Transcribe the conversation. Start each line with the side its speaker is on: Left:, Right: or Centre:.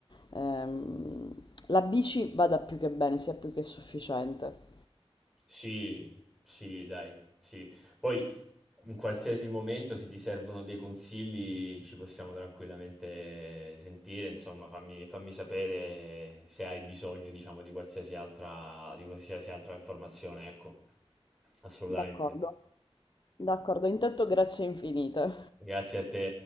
Left: ehm, la bici vada più che bene, sia più che sufficiente.
Centre: Sì, sì, dai, sì. Poi in qualsiasi momento se ti servono dei consigli ci possiamo tranquillamente sentire, insomma, fammi, fammi sapere se hai bisogno, diciamo, di qualsiasi altra, di qualsiasi altra informazione, ecco. Assolutamente.
Left: D'accordo, d'accordo. Intanto grazie infinite.
Centre: Grazie a te.